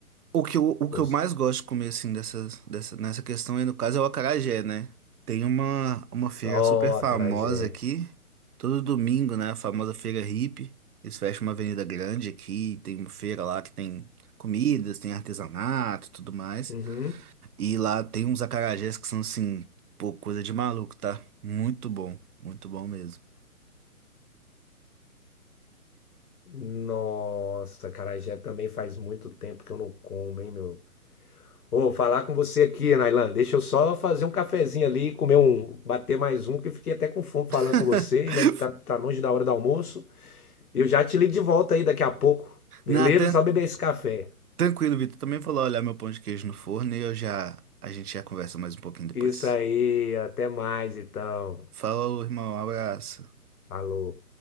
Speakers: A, on the right (about 80°); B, on the left (about 80°).
A: O que eu, o que
B: Gosto.
A: eu mais gosto de comer, assim, dessas, dessa, nessa questão aí, no caso, é o acarajé, né? Tem uma, uma feira
B: Oh,
A: super famosa
B: acarajé.
A: aqui, todo domingo, né? A famosa feira hippie. Eles fecham uma avenida grande aqui, tem uma feira lá que tem comidas, tem artesanato e tudo mais.
B: Uhum.
A: E lá tem uns acarajés que são assim, pô, coisa de maluco, tá? Muito bom, muito bom mesmo.
B: Nossa, acarajé também faz muito tempo que eu não como, hein, meu? Ô, falar com você aqui, Nailan. Deixa eu só fazer um cafezinho ali, comer um, bater mais um, que eu fiquei até com fome falando
A: <laughs>
B: com você. Ainda não tá, tá longe da hora do almoço. Eu já te ligo de volta aí daqui a pouco. Beleza?
A: Não, tran-
B: Só beber esse café.
A: tranquilo, Vitor. Também vou lá olhar meu pão de queijo no forno e eu já, a gente já conversa mais um pouquinho depois.
B: Isso aí, até mais então.
A: Falou, irmão, abraço.
B: Falou.